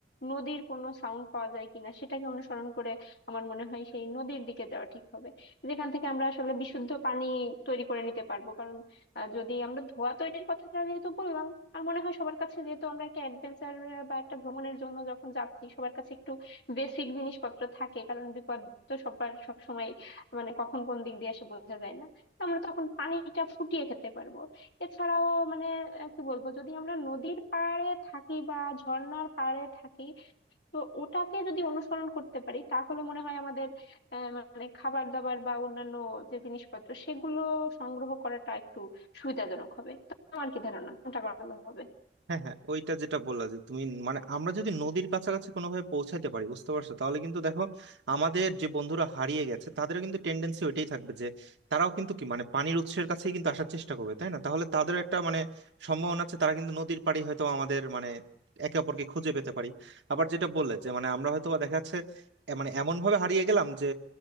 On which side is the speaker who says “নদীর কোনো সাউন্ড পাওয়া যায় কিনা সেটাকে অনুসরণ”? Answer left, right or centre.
Left